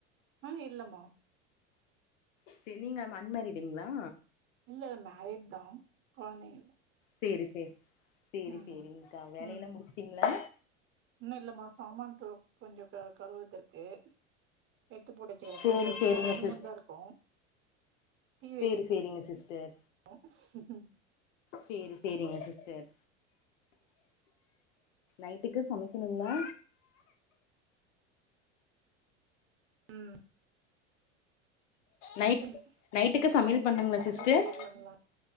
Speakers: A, on the right; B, on the left.
A: அ இல்லம்மா
B: செநீங்கம் அன்மேரிடுங்ளா
A: இல்ல மேரிட்தா கொழந்தைங்க
B: சேரி சேர் சேரி
A: ம்
B: சேரிங்க்கா வேலயெல்லா
A: ம்
B: முடிச்சுட்டிங்ளா
A: இன்னு இல்லம்மா சாமான் துலக் கொஞ்சொ க கழுவர்துருக்கு எத்துபோட்டுவெச்சுருக்கிற
B: சேரி
A: கொஞ்சொ சும்மா
B: சேரிங்க
A: ஒர்ஜரெண்டு
B: சிஸ்
A: மூண்தாருக்கூ டீ வெக்க
B: சேரி சேரிங்க சிஸ்டர்
A: போ ம்
B: சேரி சேரிங்க சிஸ்டர் நைட்டுக்கு சமக்கிணுங்ளா
A: ம்
B: நைட்
A: நைட்டின்
B: நைட்டுக்கு
A: சப்பாத்தி
B: சமையல் பண்ணுங்களா
A: பன்னீர்
B: சிஸ்டர்
A: கிரேவி பண்ணுலா